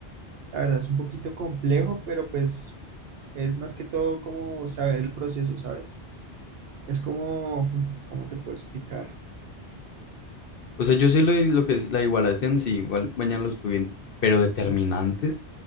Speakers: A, on the right; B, on the left.
A: la verdad es un poquito complejo, pero pues es más que todo como saber el proceso, ¿sabes? Es como, <laughs> ¿cómo te puedo explicar?
B: O sea, yo sé lo, de- lo que es la igualación, sí, igual mañana lo estudié, pero determinantes,
A: Sí.